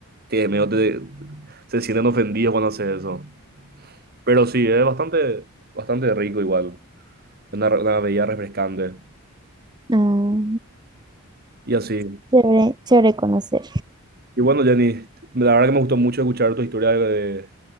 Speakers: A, on the right (about 45°); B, on the right (about 20°).
A: te, medio te- se sienten ofendidos cuando haces eso. Pero sí, es bastante, bastante rico igual. Una, re- una bebida refrescante.
B: Ah,
A: Y así.
B: chévere, chévere conocer.
A: Y bueno, Jenny, la verdad que me gustó mucho escuchar tu historia de